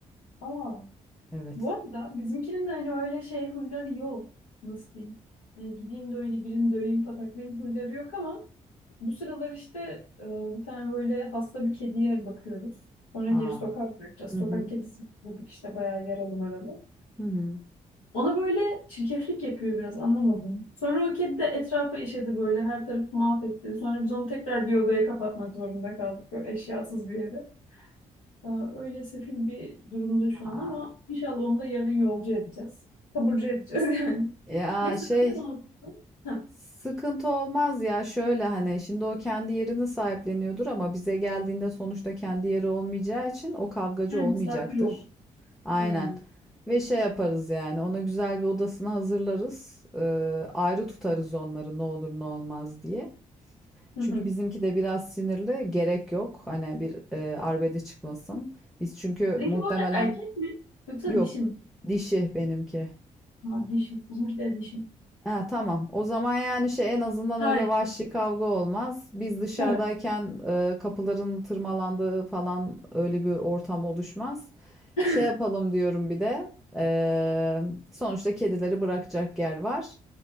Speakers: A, on the left; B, in the centre.
A: Aa.
B: Evet.
A: Bu arada bizimkinin de hani öyle şey huyları yok. Nasıl diyeyim? Hani gideyim de öyle birini döveyim, pataklayayım huyları yok ama bu sıralar işte e, bir tane böyle hasta bir kediye bakıyoruz. Sonra
B: Aa.
A: geri sokağa bırakacağız.
B: Hı
A: Sokak
B: hı.
A: kedisi bulduk işte bayağı yaralı maralı.
B: Hı hı.
A: Ona böyle çirkeflik yapıyor biraz anlamadım. Sonra o kedi de etrafa işedi böyle her tarafı mahvetti. Sonra biz onu tekrar bir odaya kapatmak zorunda kaldık böyle eşyasız bir yere. Aa, Öyle sefil bir durumda şu
B: Aa,
A: an ama inşallah onu da yarın yolcu edeceğiz. Taburcu edeceğiz <laughs> yani.
B: ya
A: Neyse
B: şey
A: ben de aldım. Ha,
B: sıkıntı olmaz ya şöyle hani şimdi o kendi yerini sahipleniyordur ama bize geldiğinde sonuçta kendi yeri olmayacağı için o kavgacı
A: yani
B: olmayacaktır.
A: misafir oldum.
B: Aynen.
A: Hmm.
B: Ve şey yaparız yani ona güzel bir odasını hazırlarız. Ee, ayrı tutarız onları ne olur ne olmaz diye.
A: Hı
B: Çünkü
A: hı.
B: bizimki de biraz sinirli gerek yok. Hani bir e, arbede çıkmasın. Biz çünkü
A: Sizinki
B: muhtemelen
A: bu arada erkek mi yoksa
B: yok
A: dişi mi?
B: dişi benimki.
A: Ha, dişi. Bizimki de dişi.
B: Ha, tamam. O zaman yani şey en azından
A: Hayır.
B: öyle vahşi kavga olmaz. Biz dışarıdayken
A: Evet.
B: e, kapıların tırmalandığı falan öyle bir ortam oluşmaz.
A: <laughs>
B: Şey yapalım diyorum bir de. e, sonuçta kedileri bırakacak yer var.